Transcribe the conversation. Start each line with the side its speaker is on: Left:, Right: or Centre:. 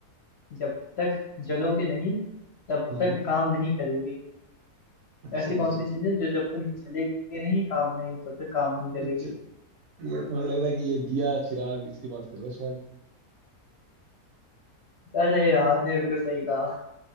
Left: जब तक जलोगे नहीं तब
Right: हम्म
Left: तक
Right: हम्म।
Left: काम नहीं करेगी
Right: अच्छा
Left: ऐसी कौन
Right: जब
Left: सी चीज है जो जब तक जलेगी नहीं काम नहीं तब तक काम नहीं करेगी
Right: अच्छा ये तो मुझे लग रहा है कि ये दिया चिराग इसकी बात कर रहे हैं शायद
Left: अरे यार ने बिल्कुल सही कहा